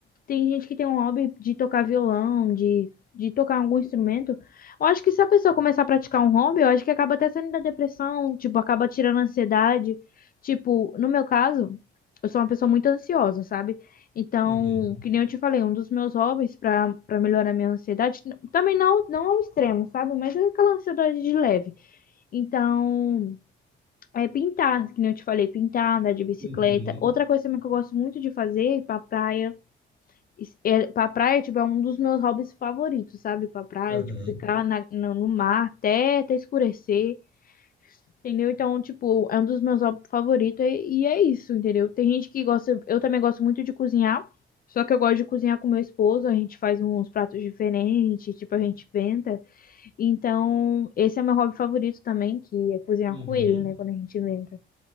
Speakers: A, on the left; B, on the right.
A: tem gente que tem um hobby de tocar violão, de, de tocar algum instrumento. Eu acho que se a pessoa começar a praticar um hobby, eu acho que acaba até saindo da depressão, tipo, acaba tirando a ansiedade. Tipo, no meu caso, eu sou uma pessoa muito ansiosa, sabe? Então,
B: Uhum,
A: que nem eu te falei, um dos meus hobbies para para melhorar a minha ansiedade, n- também não não ao extremo, sabe? Mas é aquela ansiedade de leve. Então, é pintar, que nem eu te falei, pintar, andar de bicicleta.
B: uhum,
A: Outra coisa também que eu gosto muito de fazer é ir pra praia. Isso- É, pra praia, tipo, é um dos meus hobbies favoritos, sabe? Pra praia,
B: aham,
A: tipo, ficar na, no, no mar até, até escurecer, entendeu? Então, tipo, é um dos meus hobbies favoritos e, e é isso, entendeu? Tem gente que gosta, eu também gosto muito de cozinhar, só que eu gosto de cozinhar com meu esposo, a gente faz uns pratos diferentes, tipo, a gente inventa. Então, esse é meu hobby favorito também, que é cozinhar
B: uhum.
A: com ele, né? Quando a gente inventa